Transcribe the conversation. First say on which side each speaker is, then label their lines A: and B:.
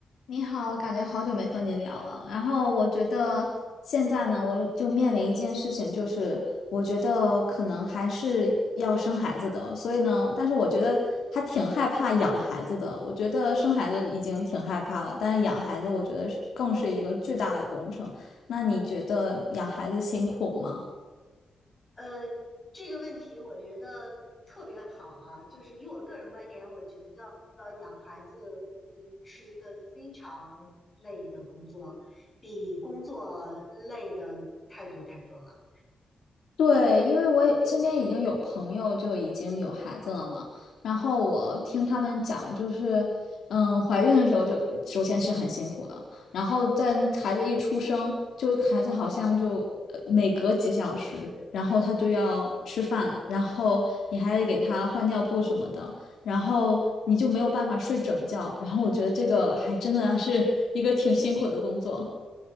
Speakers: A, on the left (about 70°); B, on the left (about 20°).
A: 你好，我感觉好久没和你聊了。然后我觉得现在呢，我就面临一件事情，就是我觉得可能还是要生孩子的。所以呢，但是我觉得还挺害怕养孩子的。我觉得生孩子已经挺害怕了，但是养孩子我觉得是更是一个巨大的工程。那你觉得养孩子辛苦吗？
B: 呃，这个问题我觉得特别好啊，就是以我个人观点，我觉得呃养孩子，呃，是一个非常累的工作，比工作累的太多太多了。
A: 对，因为我也身边已经有朋友就已经有孩子了嘛，然后我听他们讲，
B: 嗯。
A: 就是，嗯，怀孕的时候就首先是很辛苦的，然后在孩子一出生，就孩子好像就呃每隔几小时，然后他就要吃饭，然后你还得给他换尿布什么的，然后你就没有办法睡整觉，然后我觉得这个还真的是一个挺辛苦的工作。